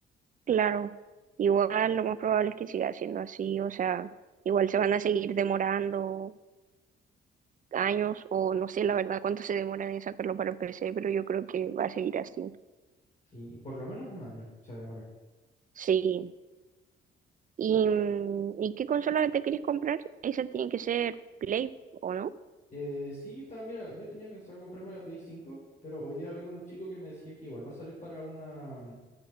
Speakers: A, on the right (about 40°); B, on the left (about 35°).
A: Claro. Igual lo más probable es que siga siendo así. O sea, igual se van a seguir demorando años o no sé la verdad cuánto se demoran en sacarlo para el PC, pero yo creo que va a seguir así.
B: Sí, por lo menos un año se demora.
A: Sí. ¿Y, mm, ¿y qué consola te quieres comprar? Esa tiene que ser Play, ¿o no?
B: Eh, sí, estaba, mira, yo tenía pensado comprarme la Play cinco, pero hoy día hablé con un chico que me decía que igual va a salir para una, mm,